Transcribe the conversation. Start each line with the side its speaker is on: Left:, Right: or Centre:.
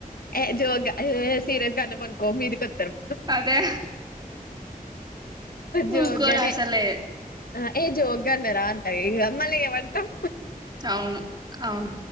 Left: ఏ జోక్ ఆయిఏ సీరియస్గన్నమన్కో మీదికొత్తరు
Right: అదే
Left: జోగ్గనే
Right: ఊకోడు అసలే
Left: అ ఏ జోగ్గన్నరా అ ఇగ అమల్లి ఏమంటాం
Right: అవును అవును